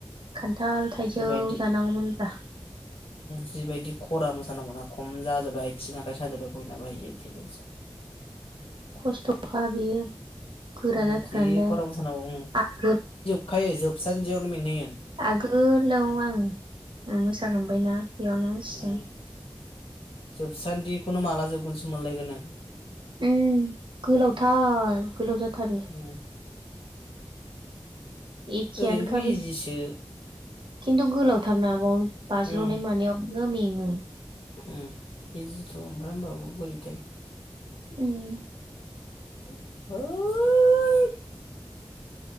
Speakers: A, on the right (about 60°); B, on the left (about 85°).
A: खान्थाल थाइजौ
B: जिबायदि
A: जानांगौमोनब्रा।
B: जिबायदि खरा मोसानांगौना खम जाजोबबाय आथिं। <inaudible>
A: खस्थ'खा बियो गोरा
B: उम
A: जाथारो
B: जि
A: नालाय
B: खरा मोसानांगौ उम
A: आगोल
B: <unintelligible>
A: आगोलाव आं मोसाखां बायना। बेयावनो मिथिदों।
B: उम जोबसान्दिखौनो माला जोबगोनसो मोनलायगोन नों।
A: उम गोलावथार गोलाव जाथारो।
B: उम
A: एखेयानोखा
B: ओरैनोथ' इजिसो
A: खिन्थु गोलावथारना बाव बाज्ल'नाय
B: उम
A: मानायाव मेंङो।
B: उम। इजिथ' ओमफ्राय होनबाबो बोरैथाय।
A: उम।
B: <unintelligible>